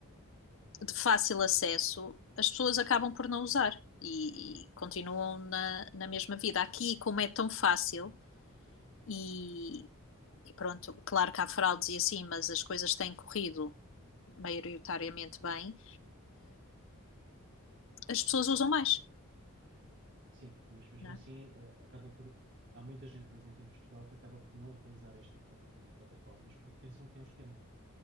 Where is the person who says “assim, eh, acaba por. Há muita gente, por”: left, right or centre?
Right